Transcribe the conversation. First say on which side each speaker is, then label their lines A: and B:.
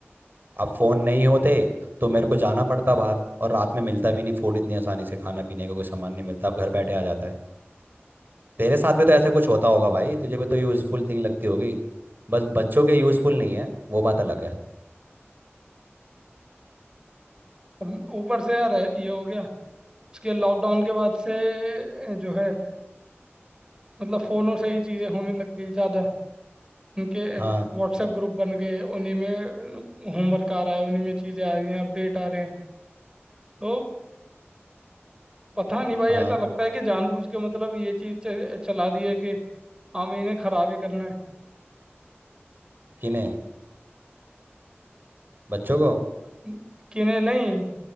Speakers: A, on the right; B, on the right.
A: अब फ़ोन नहीं होते तो मेरे को जाना पड़ता बाहर और रात में मिलता भी नहीं फूड इतनी आसानी से खाना पीने का कोई सामान नहीं मिलता अब घर बैठे आ जाता है तेरे साथ भी तो ऐसा कुछ होता होगा भाई तुझे भी तो यूज़फुल थिंग लगती होगी बस बच्चों के यूज़फुल नहीं है वो बात अलग है
B: अब ऊपर से यार ये हो गया उसके लॉकडाउन के बाद से जो है मतलब फोनों से ही चीजें होने लग गई ज्यादा उनके
A: हाँ
B: एक व्हाट्सएप ग्रुप बन गए उन्हीं में होमवर्क आ रहा है उन्हीं में चीजें आ रही हैं अपडेट आ रहे हैं तो पता नहीं भाई
A: हाँ
B: ऐसा लगता है कि जानबूझ के मतलब ये चीज च- चला दी है कि हाँ भाई इन्हें खराब ही करना है
A: किन्हें बच्चों को
B: न- कि इन्हें नहीं